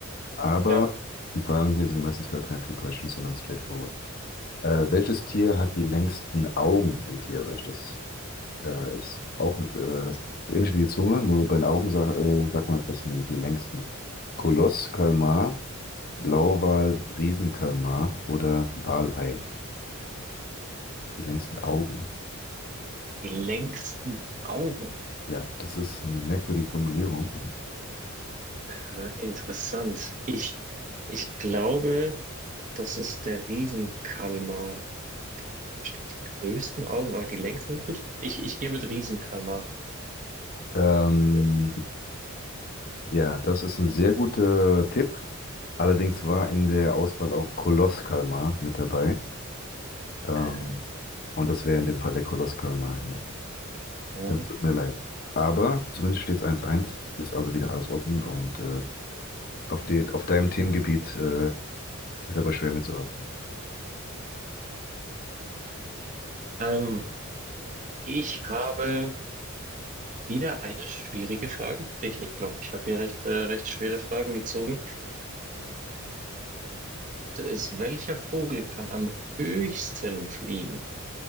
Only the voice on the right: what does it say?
Ja,
die längsten Augen.
Äh, interessant. Ich, ich glaube, das ist der Riesenkalmar. Bestimmt die größten Augen, aber die längsten, gut. Ich, ich gehe mit Riesenkalmar.
Äh,
äh,
ähm, ich habe. Wieder eine schwierige Frage für dich. Ich glaube, ich habe hier recht, äh, recht schwere Fragen gezogen. Ist, welcher Vogel kann am höchsten fliegen?